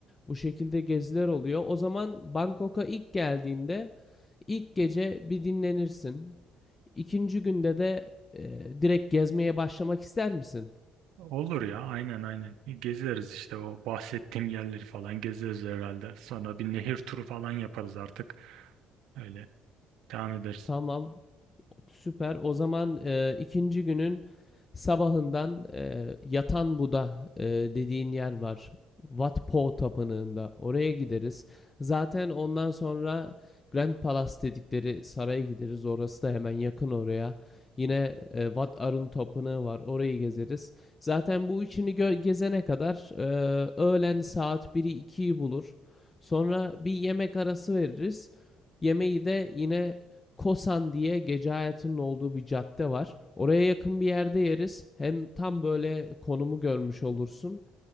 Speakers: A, on the left; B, on the right.
A: Bu şekilde geziler oluyor. O zaman Bangkok'a ilk geldiğinde ilk gece bir dinlenirsin. İkinci günde de e, direkt gezmeye başlamak ister misin?
B: Olur ya aynen aynen gezeriz işte o bahsettiğim yerleri falan gezeriz herhalde. Sonra bir nehir turu falan yaparız artık öyle devam ederiz.
A: Tamam Süper. O zaman e, ikinci günün sabahından e, Yatan Buda e, dediğin yer var. Wat Po Tapınağı'nda. Oraya gideriz. Zaten ondan sonra Grand Palace dedikleri saraya gideriz. Orası da hemen yakın oraya. Yine e, Wat Arun Tapınağı var. Orayı gezeriz. Zaten bu üçünü gezene kadar e, öğlen saat biri ikiyi bulur. Sonra bir yemek arası veririz. Yemeği de yine Kosan diye gece hayatının olduğu bir cadde var. Oraya yakın bir yerde yeriz. Hem tam böyle konumu görmüş olursun.